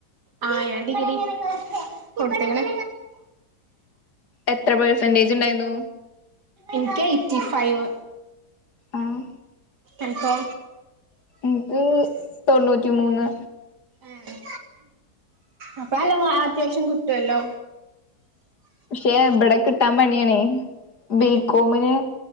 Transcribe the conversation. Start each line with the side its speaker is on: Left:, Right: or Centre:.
Right: ആഹ് ഞാൻ ഡിഗ്രി കൊട്ത്ത്ക്ക്ണ്
Left: എത്ര പേർസെന്റേജ് ഇണ്ടായിന്നൂ?
Right: ഇൻക്ക് എയ്റ്റി ഫൈവ്
Left: ആഹ്
Right: അൻക്കോ
Left: ഇൻക്ക് തൊണ്ണൂറ്റി മൂന്ന്
Right: ഏഹ് അപ്പ നല്ല മാ അത്യാവശ്യം കിട്ടുവല്ലോ
Left: പക്ഷെ ഇബടെ കിട്ടാൻ പണിയാണേ ബികോമിന്
Right: ഏ